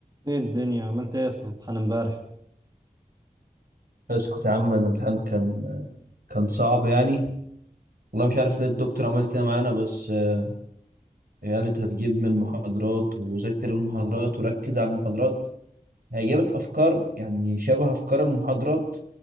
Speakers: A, on the right; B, on the right.
A: ايه الدنيا عملت ايه اصلا امتحان امبارح
B: اسكت يا عم الامتحان كان كان صعب يعني والله مش عارف ليه الدكتور عملت كده معانا بس آه، هي قالت هتجيب من محاضرات وذاكر المحاضرات وركز على المحاضرات هي جابت افكار يعني شبه افكار المحاضرات